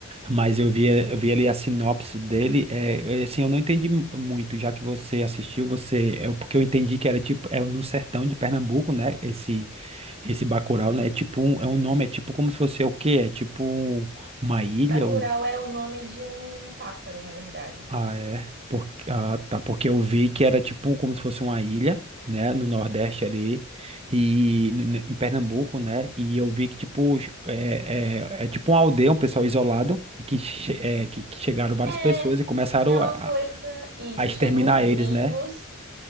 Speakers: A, on the right; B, on the right.
A: Mas eu vi, eu vi ali a sinopse dele, é, é, assim, eu não entendi mu- muito, já que você assistiu, você, é porque eu entendi que era tipo, é no sertão de Pernambuco, né, esse, esse Bacurau, né, é tipo, um, é um nome, é tipo como se fosse é o quê? É tipo um- uma ilha,
B: Bacurau
A: um
B: é o nome de um pássaro, na verdade.
A: ah, é. Por... Ah, tá. Porque eu vi que era tipo como se fosse uma ilha, né? No Nordeste ali. E n- n- em Pernambuco, né? E eu vi que, tipo, é, é, é tipo uma aldeia, um pessoal isolado, e que, che- é, que, que chegaram várias
B: É,
A: pessoas e começaram
B: É uma
A: a,
B: coisa.
A: a
B: Isso,
A: a exterminar
B: chegam uns gringos.
A: eles, né?